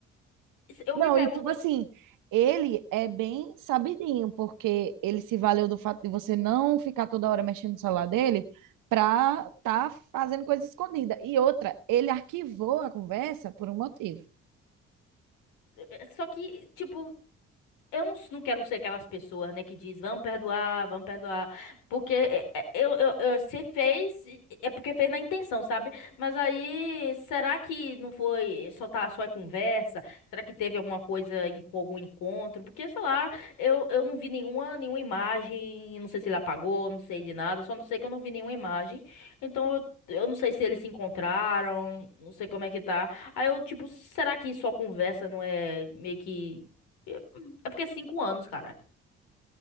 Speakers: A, on the left (about 80°); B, on the right (about 75°).
A: Eu
B: Não,
A: me pergunto,
B: e tipo assim, ele é bem sabidinho, porque ele se valeu do fato de você não ficar toda hora mexendo no celular dele pra tá fazendo coisa escondida. E outra, ele arquivou a conversa por um motivo.
A: é, é, só que, tipo, Eu não, não quero ser aquelas pessoas, né, que diz, vamos perdoar, vamos perdoar, porque é, é, eu, eu, eu- se fez, é porque fez na intenção, sabe? Mas aí, será que não foi só tá, só é conversa? Será que teve alguma coisa, em, algum encontro? Porque, sei lá, eu, eu não vi nenhuma, nenhuma imagem, eu não sei se ele apagou, não sei de nada, só não sei que eu não vi nenhuma imagem, então eu, eu não sei se eles se encontraram, não sei como é que tá. Aí eu, tipo, será que só conversa não é meio que... É porque é cinco anos, cara.